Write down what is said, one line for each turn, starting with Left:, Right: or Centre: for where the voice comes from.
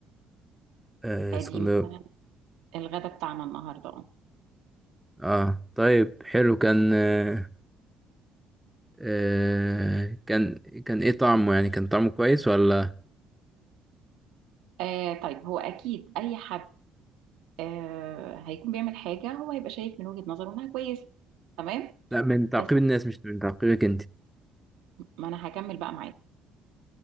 Centre: أه
Right: فدي
Centre: اسكندر
Right: مثلا الغدا بتاعنا النهاردة اه
Centre: اه طيب حلو كان آه آه، كان كان ايه طعمه يعني كان طعمه كويس ولا
Right: آه، طيب هو اكيد اي حد آه هيكون بيعمل حاجة هو هيبقى شايف من وجهة نظره انها كويسة تمام
Centre: لا من تعقيب
Right: بس
Centre: الناس مش من تعقيبك انت
Right: ما انا هكمل بقى معاك